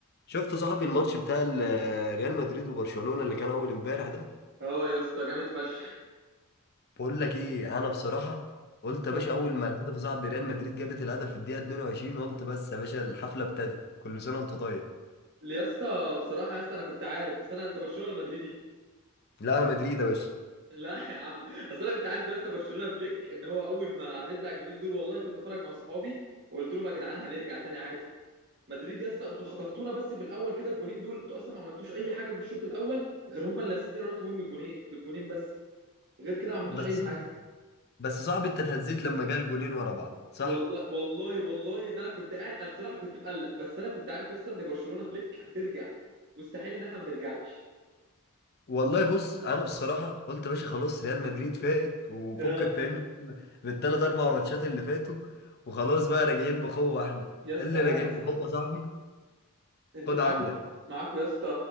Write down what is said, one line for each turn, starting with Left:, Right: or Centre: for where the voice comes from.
Left: شفت صاحبي الماتش بتاع ال- ريال مدريد وبرشلونة اللي كان اول امبارح ده
Right: اه يا اسطى جامد فشخ
Left: بقول لك ايه انا بصراحة قلت
Right: طب
Left: يا باشا اول ما الهدف صاحبي ريال مدريد جابت الهدف في الدقيقة 22 قلت بس يا باشا الحفلة ابتدت كل سنة وانت طيب
Right: يا اسطى بصراحه يا اسطى انا كنت عارف اصل انا انت برشلونه ولا مدريدي
Left: لا انا مدريد يا باشا
Right: <laughs> لا يا عم اصل انا كنت عارف يا اسطى برشلونه فليك ان هو اول ما هنبلع الجونين دول والله كنت اتفرج مع صحابي وقلت لهم يا جدعان هنرجع تاني عادي مدريد يا اسطى انتوا خطفتونا بس في الاول كده الجونين دول انتوا اصلا ما عملتوش اي حاجه في الشوط الاول غير هم اللي لمستين ورحتوا بيهم للجونين للجونين بس غير كده ما عملتوش
Left: بس
Right: اي حاجه
Left: بس صاحبي انت اتهزيت لما جه الجونين ورا بعض صح
Right: والله والله والله ان انا كنت قاعد انا بصراحه كنت مقلق بس انا كنت عارف يا اسطى ان برشلونه فليك هترجع مستحيل ان احنا ما نرجعش
Left: والله بص انا بصراحة قلت يا باشا خلاص ريال مدريد فائت وفكك
Right: آه.
Left: فاهمني بالثلاث اربع ماتشات اللي فاتوا وخلاص بقى راجعين بقوة احنا
Right: يا اسطى
Left: اللي
Right: لا
Left: راجعين
Right: يا اسطى
Left: بقوة صاحبي
Right: انتوا
Left: خد
Right: معاكوا
Left: عندك
Right: معاكوا يا اسطى